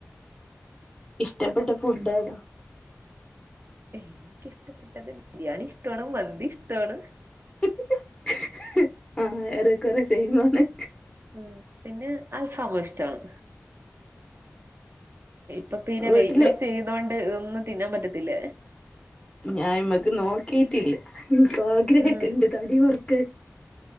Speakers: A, on the left; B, on the right.
A: ഇഷ്ട്ടപ്പെട്ട ഫുഡ് ഏത?
B: എനിക്കിഷ്ട്ടപ്പെട്ടത് ബിരിയാണി ഇഷ്ടവാണ് മന്തി ഇഷ്ടവാണ്
A: <inaudible> ആഹ് ഏറെക്കൊറെ സെയിംമാണ്
B: ഉം പിന്നെ അൽഫാമുഷ്ട്ടാണ് ഇപ്പൊ പിന്നെ
A: വീട്ടില്
B: വെയ്റ്റ്ലോസ് ചെയ്തോണ്ട് ഇതൊന്നും തിന്നാൻ പറ്റത്തില്ല
A: ഞാ അയ്മ്മക്ക് നോക്കിട്ടില്ല ഇൻക്കൂ ആഗ്രഹൊക്കെണ്ട്
B: ഉം
A: തടി കൊർക്കാൻ